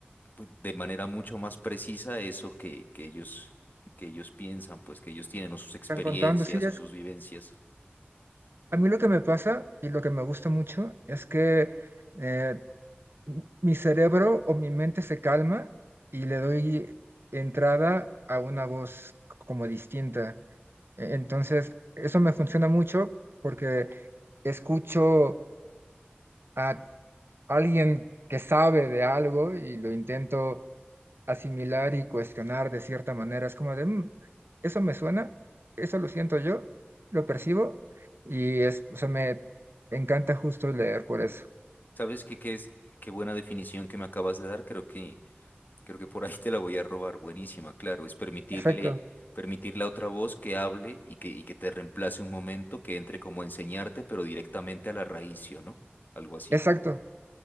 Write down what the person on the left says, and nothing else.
pues, de manera mucho más precisa eso que, que ellos, que ellos piensan, pues que ellos tienen o sus experiencias
o sus vivencias.
¿Sabes qué, qué es? Qué buena definición que me acabas de dar. Creo que... Creo que por ahí te la voy a robar. Buenísima, claro. Es permitirle,
permitirle a otra voz que hable y que, y que te reemplace un momento, que entre como a enseñarte, pero directamente a la raíz, ¿sí o ¿no? Algo así,
como,